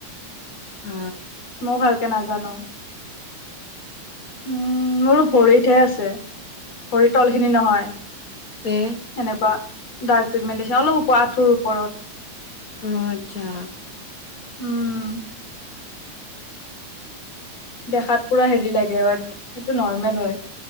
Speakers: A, on the left (about 30°); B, on the left (about 55°).
A: অ
B: মই ভালকে নাজানো। <inaudible> উম, মোৰো ভৰিতহে আছে, ভৰিৰ তল খিনি নহয়।
A: তে
B: এনেকুৱা। ডাৰ্ক পিগমেণ্টেচন, অলপ ওপৰত, আঁঠুৰ ওপৰত।
A: অ' আচ্ছা
B: উম দেখাত পুৰা হেৰি লাগে, বাত সেইটো নৰ্মেল হয়।